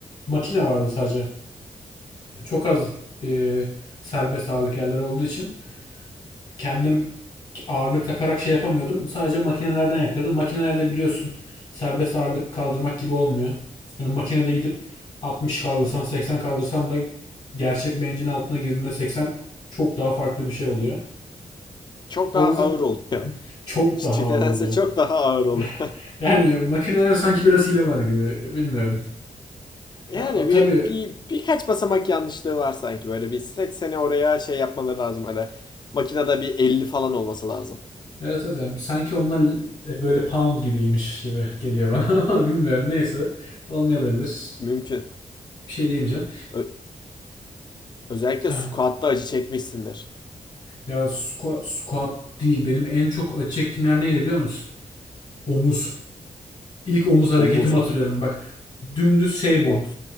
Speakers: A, on the left; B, on the left.
A: makine vardı sadece. Çok az e, serbest ağırlık yerleri olduğu için kendim ağırlık takarak şey yapamıyordum. Sadece makinelerden yapıyordum. Makinelerde biliyorsun serbest ağırlık kaldırmak gibi olmuyor. Hani makinede gidip 60 kaldırsan 80 kaldırsam da gerçek bencin altına girdiğinde 80 çok daha farklı bir şey oluyor.
B: Çok
A: O
B: daha
A: yüzden
B: ağır oluyor.
A: çok
B: <laughs>
A: daha
B: Nedense
A: ağır oluyor.
B: çok daha ağır oluyor.
A: <laughs> Yani makineler sanki biraz hile var gibi. Bilmiyorum.
B: Yani
A: Ya,
B: bir,
A: tabii
B: bir birkaç basamak yanlışlığı var sanki böyle bir 80'e oraya şey yapmaları lazım öyle. Makinede bir 50 falan olması lazım.
A: evet evet. yani sanki onlar böyle pound gibiymiş gibi geliyor bana <laughs> ama bilmiyorum. Neyse. Olmayabilir.
B: Mümkün.
A: Bir şey diyemeyeceğim.
B: Ö- özellikle
A: Ha,
B: squat'ta acı çekmişsindir.
A: Ya squat, squat değil. Benim en çok acı çektiğim yer neydi biliyor musun? Omuz. İlk omuz hareketimi
B: Omuz
A: hatırlıyorum. Bak dümdüz şey bu.
B: of.